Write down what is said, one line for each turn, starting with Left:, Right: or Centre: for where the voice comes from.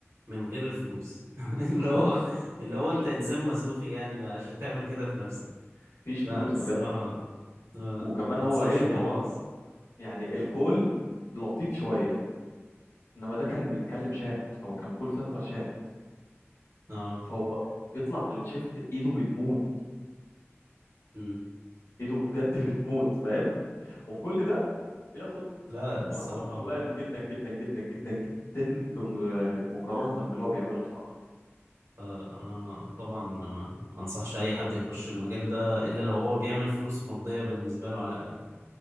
Right: من غير الفلوس <laughs> اللي
Left: خالص
Right: هو اللي هو
Left: مفيش
Right: انت
Left: فلوس
Right: انسان مزوخي يعني ما- عشان تعمل كده في نفسك
Left: مفيش
Right: لا
Left: فلوس
Right: الصراحة
Left: بجد
Right: لا لا
Left: وكمان
Right: ما
Left: هو
Right: انصحش
Left: ايه ده
Right: بيها
Left: هو
Right: خالص
Left: يعني الكول لطيف شويه انما ده كان بيتكلم شات هو كان كول سنتر شات
Right: اه
Left: فهو بيطلع من الشيفت ايده بتموت
Right: مم.
Left: ايده بجد <laughs> بتموت فاهم وفي كل ده بياخد
Right: لا الصراحة
Left: رقم قليل جدا جدا جدا جدا جدا بم- مقارنه باللي هو بيعمله بصراحه
Right: لا لا انا طبعا ما ما انصحش اي حد يخش المجال ده الا لو هو بيعمل فلوس مرضية بالنسبة له على الاقل